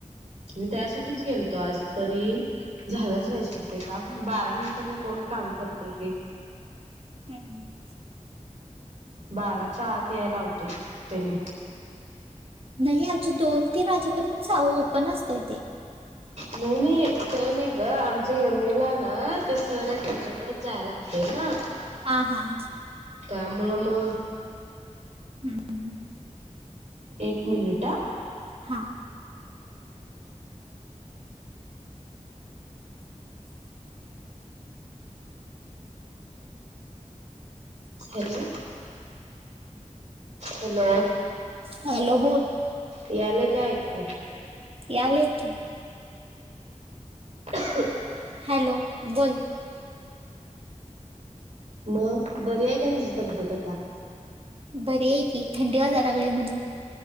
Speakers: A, on the right (about 65°); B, on the right (about 45°).
A: मी त्यासाठीच गेलतो आज तरी झालाच <unintelligible> का बारानंतर कोण काम करतय हे
B: हम्म हम्म
A: बाराच्या आत याय लावतोय त्यांनी.
B: नाही अजून दोन तीन वाजेपर्यंत
A: हा
B: जाऊ ओपन असतय ते.
A: नाही नाही काही नाही ग आमच यमिला ना ते सर आहेत त्यांच्याकडच जाय लागतय ना.
B: हां हां
A: त्यामुळं मग-
B: हम्म. हं.
A: एक मिनिट आं.
B: हां.
A: हॅलो. हॅलो.
B: हॅलो. बोल.
A: यायलय का ऐकू?
B: यायलय की.
A: हो.
B: हॅलो. बोल.
A: म बरी आहे का तिची तब्येत आता?
B: बरी आहे की थंडी वाजाय लागले म्हण.